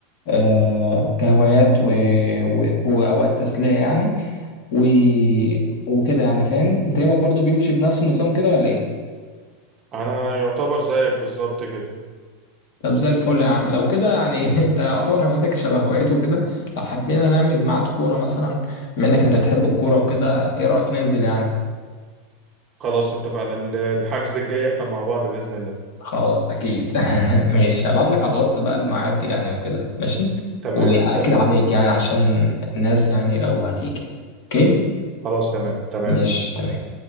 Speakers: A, on the left; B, on the right.
A: آه كهوايات و... و... وأوقات تسلية يعني و... وكده يعني فاهم أنت يومك برضو بيمشي بنفس النظام كده ولا إيه؟
B: انا يعتبر زيك بالظبط كده
A: طب زي الفل يا عم لو كده يعني <laughs> أنت يعتبر هواياتك شبه هواياتي وكده لو حبينا نعمل ميعاد كورة مثلا بما إنك أنت بتحب الكورة وكده إيه رأيك ننزل يعني؟
B: خلاص اتفقنا ال- الحجز الجاي احنا مع بعض بإذن الله
A: خلاص أكيد <laughs> ماشي هبعت لك على الواتس بقى الميعاد يعني وكده ماشي؟
B: تمام
A: وهأكد
B: تمام
A: عليك يعني عشان الناس يعني لو هتيجي أوكي؟
B: خلاص تمام تمام
A: ماشي تمام